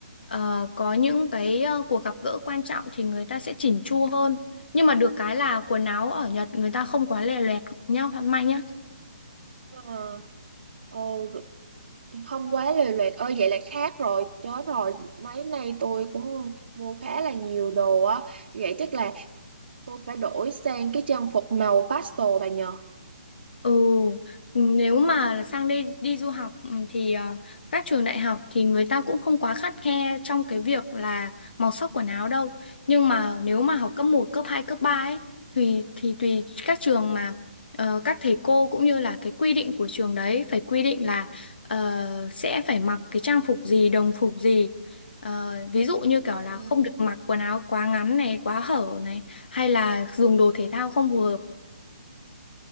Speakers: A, on the left; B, on the right.
A: ờ, có những cái ờ, cuộc gặp gỡ quan trọng thì người ta sẽ chỉnh chu hơn. Nhưng mà được cái là quần áo ở Nhật người ta không quá lè loẹt nhá, manh nhá.
B: Ờ. Ừ, không quá lề loẹt ơi vậy là khác rồi chết rồi mấy nay tôi cũng mua khá là nhiều đồ á vậy chắc là tôi phải đổi sang cái trang phục màu pastel bà nhờ
A: Ừ, ừ, nếu mà là sang đây đi du học ừ, thì ờ, các trường đại học thì người ta cũng không quá khắt khe trong cái việc là màu sắc quần áo đâu. Nhưng mà nếu mà học cấp một cấp 2 cấp 3 ấy thì thì tùy các trường mà ờ, các thầy cô cũng như là cái quy định của trường đấy phải quy định là ờ, sẽ phải mặc cái trang phục gì, đồng phục gì. Ờ, ví dụ như kiểu là
B: Ừ.
A: không được mặc quần áo quá ngắn này, quá hở này hay là dùng đồ thể thao không phù hợp